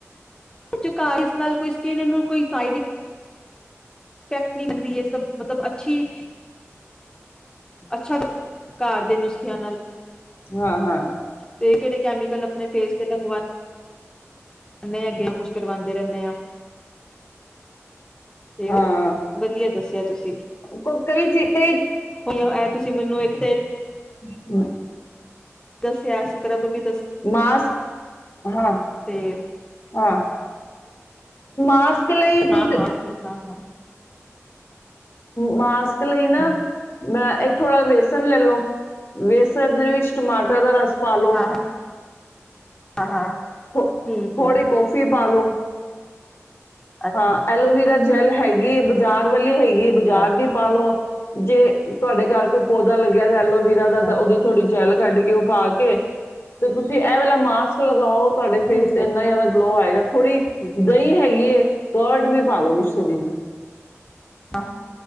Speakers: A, on the left; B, on the left.
A: <unintelligible> ਨਾਲ ਕੋਈ ਸਕਿਨ ਨੂੰ ਕੋਈ ਸਾਈਡ ਫੇ <unintelligible> ਇਹ ਸਭ ਮਤਲਬ ਅੱਛੀ ਅੱਛਾ ਘਰ ਦੇ ਨੁਸਖਿਆਂ ਨਾਲ।
B: ਹਾਂ ਹਾਂ
A: ਤੇ ਕਿਹੜੇ ਕੈਮੀਕਲ ਆਪਣੇ ਫੇਸ ਤੇ ਲਗਵਾ <unintelligible> ਯਾ ਕੁਛ ਕਰਵਾਉਂਦੇ ਰੈਣੇ ਆ। ਤੇ
B: ਹਾਂ
A: ਉਹ ਵਧੀਆ ਦੱਸਿਆ ਤੁਸੀਂ
B: ਕ ਕਈ-ਚੀਜ਼ ਕਈ
A: ਇਹ ਤੁਸੀਂ ਮੈਨੂੰ ਇੱਕ ਤੇ <unintelligible>
B: ਹ <unintelligible>
A: ਦੱਸਿਆ ਸਕਰੱਬ ਚ
B: ਮਾਸਕ ਹਾਂ
A: ਤੇ
B: ਹਾਂ। ਮਾਸਕ ਲਈ ਤੁਸੀਂ
A: ਹਾਂ-ਹਾਂ ਅਸੀ ਹਾਂ-ਹਾਂ।
B: ਮਾਸ ਕ ਲਈ ਨਾ
A: ਹਮ
B: ਮੈਂ ਏ ਥੋੜਾ ਵੇਸ ਨ ਲੇਲੋ, ਵੇਸਨ ਦੇ ਵਿਚ ਟਮਾਟਰ ਦਾ ਰਸ ਪਾ ਲੋ,
A: ਹਾਂ ਹਾਂ ਹਾਂ
B: ਥੋ-ਥੋੜ੍ਹੀ
A: ਠੀਕ ਹੈ
B: ਕੋਫੀ ਪਾ ਲੋ
A: ਅੱਛਾ
B: ਹਾਂ ਐਲੋਵਰਾ ਜੈਲ ਹੈਗੀ ਏ ਬਾਜ਼ਾਰ ਵਾਲੀ ਹੈ
A: ਅੱਛਾ
B: ਬਾਜ਼ਾਰ ਦੀ ਪਾਲੋ ਜੇ ਤੁਹਾਡੇ ਘਰ ਕੋਈ ਪੌਦਾ ਲੱਗਿਆ ਐਲੋ ਵੀਰਾ
A: ਅੱਛਾ
B: ਦਾ ਤਾਂ ਉਹਦੀ ਥੋੜ੍ਹੀ ਜੈੱਲ ਕੱਢ ਕੇ ਉਹ ਪਾ ਕੇ ਤੇ ਤੁਸੀਂ ਇਹ ਵੇਲਾ ਮਾਸਕ ਲਗਾਓ ਤੁਹਾਡੇ
A: ਠੀਕ
B: ਫੇਸ ਚ ਇਨ੍ਹਾਂ
A: ਹੈ
B: ਜ਼ਿਆਦਾ ਗਲੋ ਆਇ ਥੋੜੀ
A: ਠੀਕ
B: ਦਹੀਂ
A: ਹੈ
B: ਹੈਗੀ ਏ ਕੁਰਡ ਵੀ ਪਾ ਲੋ ਵਿਚ। <unintelligible>
A: ਹਾਂ